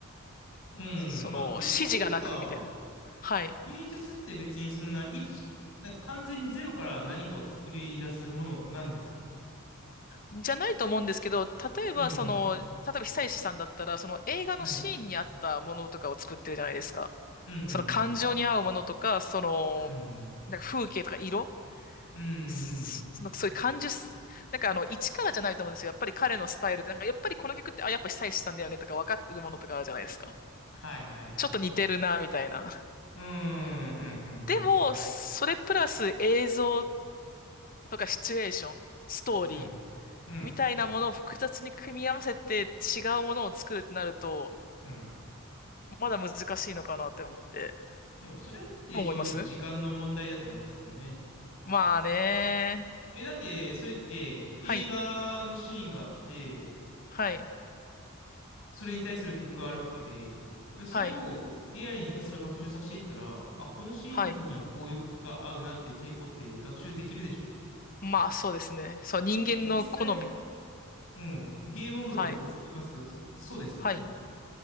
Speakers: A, on the left; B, on the left.
A: うんまあ、
B: その、
A: て、
B: 指示がなくみたいな。
A: というか、
B: はい。
A: 芸術って別にそんな一、なんか完全にゼロから何かを作り出すものなんですか
B: じゃないと思うんですけど、例えばその、
A: うん
B: 例えば久石さんだったら、その映画のシーンに合ったものとかを作ってるじゃないですか。
A: うん。はい。うんうん
B: その感情に合うものとか、その、
A: うん。
B: なんか風景とか色、
A: うん。うんうん。
B: すそのそういう感受す、なんかあの、一からじゃないと思うんですよ。やっぱり彼のスタイルで、なんかやっぱりこの曲って、あ、やっぱ久石さんだよねとか分かってるものとかあるじゃないですか。
A: はいはいはい。
B: ちょっと似てるな、みたいな。
A: うーん、うんうん
B: うんでも、それプラス映像とかシチュエーション、ストーリー。
A: うん。うん。うん。
B: みたいなものを複雑に組み合わせて違うものを作るってなると、
A: うん
B: まだ難しいのかなって思って。
A: でもそれって正直時間の問題だと思いますけどね。
B: どう思いますまあね。
A: え、だってそれって映画のシーンがあって、
B: はい。はい。
A: それに対する曲があるわけで、でそれを
B: はい。
A: AI にひたすら学習させていったら、あ、このシーンにはこういう曲が合うなっていう傾向って学習できるでしょ。
B: はい。まあそうですね。そう、人間の好み。
A: だって実際、うん、ゲーム音楽僕作りますけど、
B: はい。
A: そうですもんね。
B: はい。